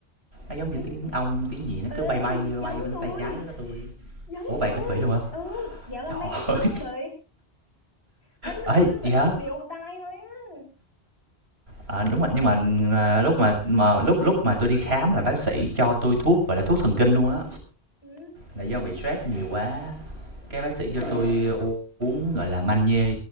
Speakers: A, on the right (about 70°); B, on the left (about 70°).
A: Nó giống
B: tiếng
A: như tiếng ong, tiếng gì nó
B: ê
A: cứ bay bay,
B: giống
A: bay bên
B: tôi
A: tay trái của tôi
B: giống
A: Ủa vậy
B: tôi
A: cũng bị luôn hả?
B: ừ dạo gần
A: Trời
B: đây tôi cũng đang bị ấy
A: ơi,
B: mà tôi cứ
A: gì
B: nghĩ
A: hả?
B: là tôi bị ù tai thôi á
A: Ờ, đúng rồi, nhưng mà à, lúc mà mà lúc lúc mà tôi đi khám là bác sĩ cho tôi thuốc gọi là thuốc thần kinh luôn á.
B: ừ
A: Là do bị stress nhiều quá. Cái bác sĩ cho tôi u- uống gọi là magie